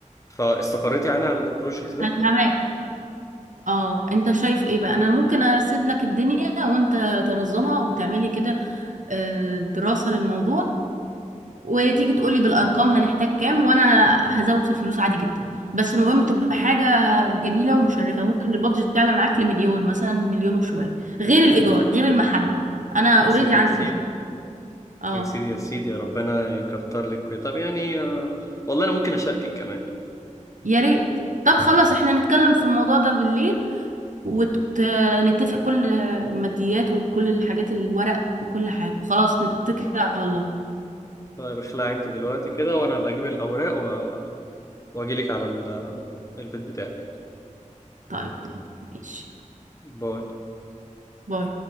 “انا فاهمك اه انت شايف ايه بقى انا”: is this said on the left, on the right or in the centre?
Right